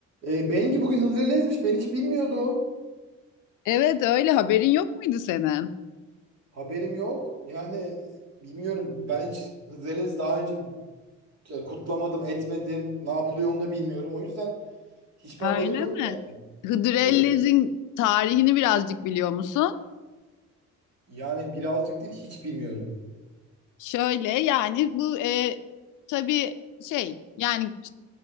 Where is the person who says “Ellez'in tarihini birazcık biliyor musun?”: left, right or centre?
Left